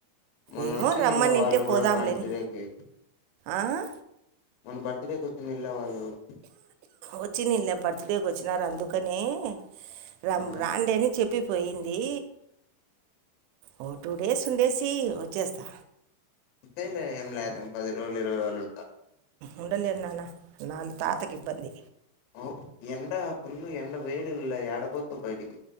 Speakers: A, on the left (about 75°); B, on the right (about 80°).
A: మొన్నొచ్చిన్నిళ్ళ
B: ఏమో రమ్మనింటే
A: వాళ్ళు గూడా
B: పోదాంలేని
A: బర్త్‌డేకి.
B: ఆహ్
A: మొన్న బర్తడే కి వచ్చింలే వాళ్ళు కూడా.
B: వచ్చినీళ్ళే బర్త్డేకి వచ్చినారు అందుకని రమ్
A: ఆ!
B: రాండి అని చెప్పు తప్పిపోయింది ఓ టూ డేస్ ఉండేసి వచ్చేస్తా.
A: పోనీలే ఏం లేదూ పది రోజులు ఇరవై రోజులు ఉం
B: ఉండలేను నాన్న వాళ్ళ తాతకి ఇబ్బంది.
A: ఓ ఎండ ఫుల్ ఎండ వేడీవుంలే ఎడపోతవు బయటికి